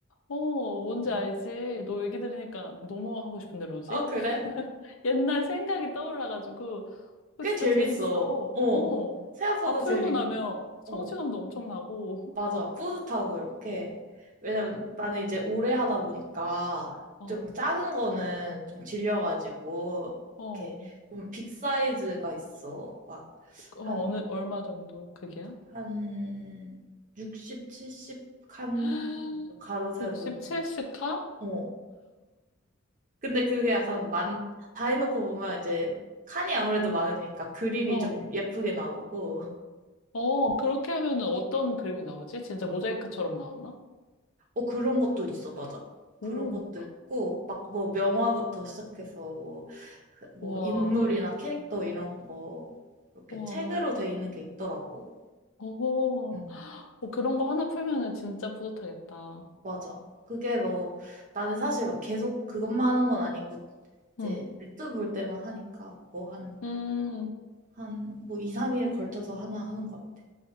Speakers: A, on the left; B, on the right.
A: 어, 뭔지
B: 응.
A: 알지? 너 얘기 들으니까 너무 하고 싶은데, 로직?
B: 아 그래?
A: <laughs> 옛날 생각이 떠올라가지고 그거
B: 꽤
A: 진짜
B: 재밌어
A: 재밌어.
B: 어
A: 어,
B: 생각보다
A: 다 풀고
B: 재밌고
A: 나면 성취감도
B: 어.
A: 엄청나고. <laughs>
B: 맞아. 뿌듯하고 이렇게. 왜냐면 나는 이제 오래 하다 보니까
A: 어,
B: 좀 작은 거는 좀 질려가지고
A: 어,
B: 이렇게
A: 어,
B: 보면 빅 사이즈가 있어. 막
A: 어느
B: 한,
A: 얼마 정도 그게야?
B: 한 60, 70칸
A: <gasps>
B: 가로 세로
A: 67스카?
B: 있는. 어. 근데 그게 약간 만, 다 해놓고 보면 이제 칸이 아무래도
A: 어,
B: 많으니까 그림이
A: 어,
B: 좀 예쁘게 나오고.
A: 어, 그렇게 하면은 어떤 그림이 나오지? 진짜 모자이크처럼 나오나?
B: 어, 그런 것도 있어. 맞아. 그런
A: 오,
B: 것도 있고 막 뭐 명화부터 시작해서 뭐 그뭐
A: 와.
B: 인물이나 캐릭터 이런 거 이렇게
A: 와,
B: 책으로 돼 있는 게 있더라고.
A: 오,
B: 응,
A: 어, 그런 거 하나 풀면은 진짜 뿌듯하겠다.
B: 맞아. 그게 뭐 나는 사실 막 계속 그것만 하는 건 아니고 이제
A: 응,
B: 유튜브 볼 때만 하니까 뭐 한,
A: 음,
B: 한, 뭐 2, 3일 걸쳐서 하나 하는 것 같아.